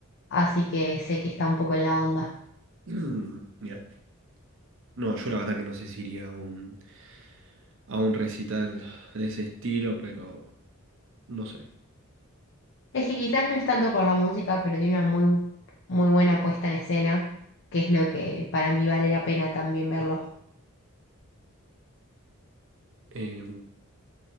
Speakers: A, on the left; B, on the right.
A: así que sé que está un poco en la onda.
B: Mm, Mira. No, yo la verdad que no sé si iría a un, a un recital de ese estilo, pero no sé.
A: Es que quizás no es tanto por la música, pero tiene una muy, muy buena puesta en escena, que es lo que para mí vale la pena también verlo.
B: Eh,